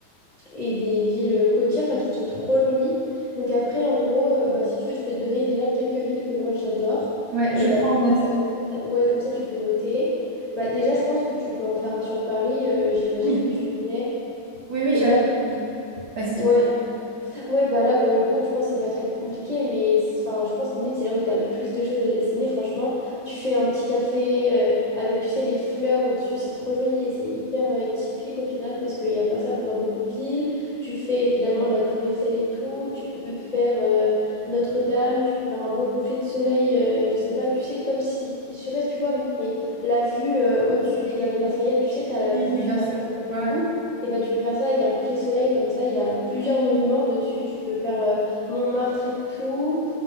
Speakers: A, on the left; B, on the right.
A: et des villes euh, côtières enfin, qui sont trop jolies. Donc après, en gros, euh, bah, si tu veux, je peux te donner déjà quelques villes que moi j'adore.
B: ouais,
A: Et
B: je prends
A: après,
B: en note.
A: euh, comme ça, ouais, comme ça, tu peux noter. Bah, déjà, je pense que tu peux en faire un sur Paris. euh, j'imagine
B: Oui,
A: que tu connais.
B: oui, oui,
A: Et
B: j'avais.
A: là,
B: Vas-y, dis-moi.
A: ouais, Ouais, bah là, pour le coup, je pense que c'est pas très compliqué, mais c'est- enfin, je pense limite c'est là où tu as le plus de choses à dessiner. Franchement, tu fais un petit café euh, avec, tu sais, les fleurs au-dessus, c'est trop joli et c'est hyper euh, typique au final parce qu'il n'y a pas ça dans beaucoup de villes. Tu fais évidemment la Tour Eiffel et tout, tu peux faire euh, Notre-Dame, tu peux faire un beau coucher de soleil, euh, je sais pas, tu sais, comme si, je sais pas si tu vois, mais la vue euh, au-dessus des Galeries Lafayette, tu sais, tu as la
B: Oui,
A: vue
B: oui,
A: sur
B: bien
A: la
B: sûr.
A: Tour Eiffel
B: Ouais,
A: et
B: ouais.
A: tout. Et ben, tu peux faire ça avec un coucher de soleil, comme ça, il y a plusieurs monuments dessus. Tu peux faire euh, Montmartre et tout.